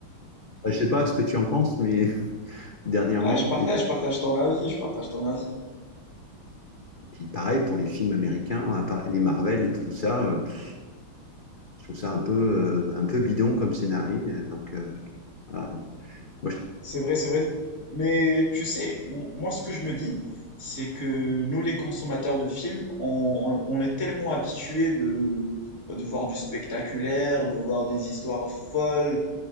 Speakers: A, on the left; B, on the left.
A: bah, je sais pas ce que tu en penses, mais <laughs> dernièrement,
B: Ah, je partage,
A: et
B: je partage ton avis, je partage ton avis.
A: puis pareil pour les films américains, à part les Marvel et tout ça, euh, pff, je trouve ça un peu, euh, un peu bidon comme scénario. euh, Donc, euh, voilà. Donc, moi, je-
B: C'est vrai, c'est vrai. Mais tu sais, m- moi ce que je me dis, c'est que nous les consommateurs de films, on, on- on est tellement habitués de, bah, de voir du spectaculaire, de voir des histoires folles,